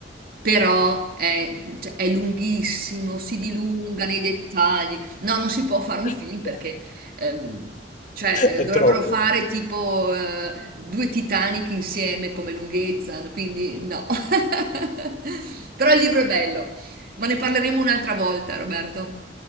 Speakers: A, on the right (about 55°); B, on the left (about 45°).
A: però è, cioè, è lunghissimo, si dilunga nei dettagli. No, non si può fare un
B: <laughs>
A: film perché... ehm, cioè,
B: È
A: eh, dovrebbero
B: troppo.
A: fare tipo eh, due Titanic insieme come lunghezza, quindi no. <laughs> <laughs> Però il libro è bello, ma ne parleremo un'altra volta, Roberto.